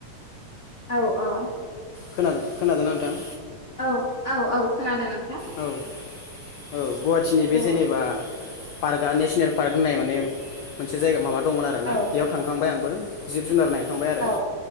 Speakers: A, on the left; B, on the left.
A: औ औ।
B: खोनादों खोनादों नोंथां?
A: औ औ औ खोनादों। नोंथां
B: औ। औ। गुवाहाटिनि बे
A: औ
B: जेनेबा पार्क दा नेसनेल पार्क होननाय माने मोनसे जायगा माबा दंमोन आरोना
A: औ
B: बेयाव थांखांबाय आंबो। जिब जुनार नाय थांबाय आरो
A: औ